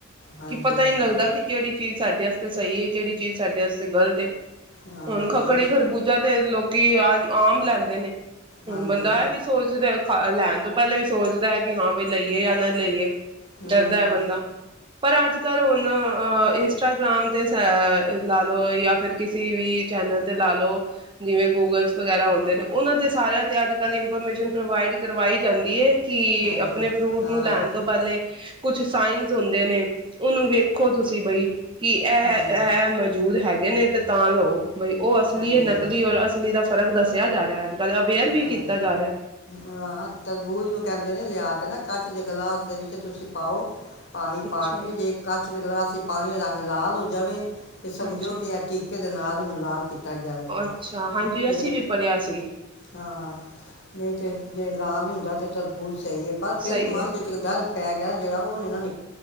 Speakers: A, on the left; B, on the right.
A: ਹਾਂਜੀ
B: ਕੀ ਪਤਾ
A: ਹਾਂਜੀ
B: ਹੀ ਨੀ ਲੱਗਦਾ ਕਿ ਕਿਹੜੀ ਚੀਜ਼ ਸਾਡੇ ਵਸਤੇ ਸਹੀ ਹੈ ਕਿਹੜੀ ਚੀਜ਼ ਸਾਡੇ ਵਸਤੇ ਗਲਤ ਹੈ
A: ਹਾਂਜੀ
B: ਹੁਣ ਖੱਕੜੀ
A: ਬਿਲ
B: ਖਰਬੂਜਾ ਤੇ ਲੋਕ ਤੇ ਆ ਆਮ ਲੈਂਦੇ ਨੇ ਹੁਣ
A: ਹਾਂਜੀ
B: ਬੰਦਾ ਇਹ ਵੀ ਸੋਚਦਾ ਲੈਣ ਤੋਂ ਪਹਿਲੇ ਵੀ ਸੋਚਦਾ ਹੈ ਕਿ ਹਾਂ ਬਈ ਲਈਏ ਜਾਂ ਨਹੀਂ ਲਈਏ
A: ਹੂੰ
B: ਡਰਦਾ ਹੈ ਬੰਦਾ ਪਰ ਅੱਜ ਕੱਲ੍ਹ ਹੁਣ ਇੰਸਟਾਗ੍ਰਾਮ 'ਤੇ ਸ ਲਾ ਲਓ ਜਾਂ ਫਿਰ ਕਿਸੇ ਵੀ ਚੈਨਲ 'ਤੇ ਲਾ ਲਓ ਜਿਵੇਂ ਗੂਗਲਸ ਵਗੈਰਾ ਹੁੰਦੇ ਨੇ ਉਹਨਾਂ 'ਤੇ ਸਾਰਿਆਂ 'ਤੇ ਅੱਜ ਕੱਲ੍ਹ ਇਨਫੋਰਮੇਸ਼ਨ ਪ੍ਰੋਵਾਈਡ ਕਰਵਾਈ ਜਾਂਦੀ ਹੈ ਕਿ
A: ਹਾਂਜੀ
B: ਆਪਣੇ ਫਰੂਟ
A: ਹਾਂ
B: ਨੂੰ ਲੈਣ ਤੋਂ ਪਹਿਲੇ ਕੁਛ ਸਾਇੰਸ ਹੁੰਦੇ ਨੇ ਉਹਨੂੰ ਵੇਖੋ ਤੁਸੀਂ ਬਈ ਕੀ ਇਹ
A: ਹੂੰ
B: ਇਹ ਮੌਜੂਦ ਹੈਗਾ ਗੇ ਨੇ ਤੇ ਤਾਂ ਲਓ ਭਈ ਉਹ ਅਸਲੀ
A: ਹਾਂਜੀ
B: ਹੈ ਨਕਲੀ ਔਰ ਅਸਲੀ ਦਾ ਫਰਕ ਦੱਸਿਆ ਜਾ ਰਿਹਾ ਅੱਜ ਕੱਲ੍ਹ ਅਵੇਅਰ ਵੀ
A: ਹਾਂ
B: ਕੀਤਾ ਜਾ ਰਿਹਾ
A: ਹਾਂ ਤ ਬੂਜ ਕਹਿੰਦੇ ਨੇ ਲਿਆ ਕੇ ਨਾ ਕੱਚ ਦੇ ਗਲਾਸ ਦੇ ਵਿੱਚ ਤੁਸੀਂ ਪਾਓ ਪਾਣੀ
B: ਅੱਛਾ
A: ਪਾ ਕੇ ਜੇ ਕੱਚ ਗਲਾਸੀ ਪਾਣੀ ਰੰਗ ਲਾਲ ਹੋ ਜਾਵੇ ਤੇ ਸਮਝੋ
B: ਅੱਛਾ
A: ਕਿ ਆ ਟੀਕੇ ਦੇ ਨਾਲ ਹੀ ਨੂੰ ਲਾਲ ਕੀਤਾ ਗਿਆ ਵੇ
B: ਅੱਛਾ ਹਾਂਜੀ
A: ਤੇ
B: ਅਸੀਂ ਵੀ ਪੜ੍ਹਿਆ ਸੀ
A: ਹਾਂ ਹਾਂ ਨਹੀਂ ਤਾਂ ਜੇ ਲਾਲ ਨਹੀਂ ਹੁੰਦਾ ਤਾਂ ਤਰਬੂਜ਼ ਸਹੀ ਹੈ ਪਰ ਫਿਰ
B: ਸਹੀ
A: ਵੀ ਮਨ
B: ਹੈਗਾ
A: ਵਿੱਚ ਇੱਕ ਦਰਦ ਪੈ ਗਿ ਯਰ ਜਿਹੜਾ ਉਹ ਨਾ ਨ